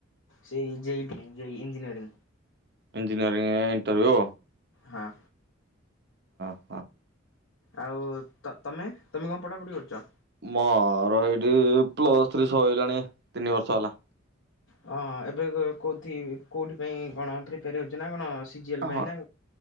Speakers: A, on the left; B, on the right.
A: ସେଇଞ୍ଜିନିୟରି।
B: ଇଞ୍ନୟରିଂ ଣ୍ଟରଭ୍ୟୁ।
A: ହଁ।
B: ହଁ।
A: ଆଉ ତ ତମେ ତମେ କଣ ପଢ଼ା ପଢ଼ି କରୁଛ।
B: ମୋର ଏଇଠି ପ୍ଲସ ଥ୍ରୀ ସଇଲାଣି ତିନି ବର୍ଷ ହେଲା।
A: ହଁ ଏବେ କେଉଁଠି କେଉଁଠି ପାଇଁ କଣ ପ୍ରିପେୟାର ହେଉଛି ନା କଣ ସିଜିଏଲ୍ ପାଇଁ
B: ହଁ।
A: ନା